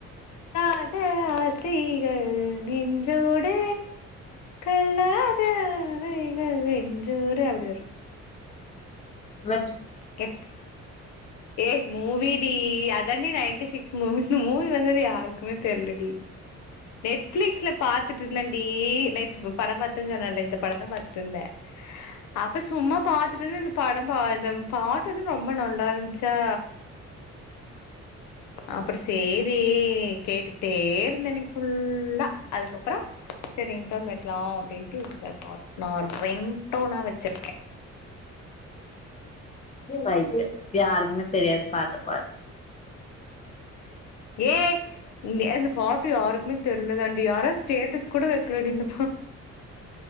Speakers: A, on the left (about 70°); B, on the left (about 25°).
A: தீராத ஆசைகள் நெஞ்சோடு கல்ல த ஆசைகள் நெஞ்சோடு அப்டி வரும்
B: வ
A: க ஏ மூவி டி அதாண்டி ninety six movie movie movie வந்தது யாருக்குமே தெர்லடி நெட்ஃபிளிக்ஸ்ல பாத்துட்டு இருந்தேன்டி நேத்து படோ பாத்தேன்னு சொன்னல இந்த படம் தா பாத்துட்டு இருந்தே அப்ப சும்மா பாத்துட்டு இருந் படம் பா இந்த பாட்டு வந்து ரொம்ப நல்லா இருந்சா அப்பறோ சேரி கேட்டுக்கிட்டே இருந்தே இன்னைக்கு ஃபுல்லா அதுக்கப்பறோ சேரி ரிங்டோன் வெக்கலா அப்டின்ட்டு இந்த பாட் நார்ம ரிங்டோனா வெச்சிருக்கே
B: ரைட்டு யாருக்குமே தெரியாது பாட்டு பாடு
A: ஏய் இந்த பாட்டு யாருக்குமே தெர்லதாண்டி யாரோ ஸ்டேட்டஸ் கூட வெக்கல இந்த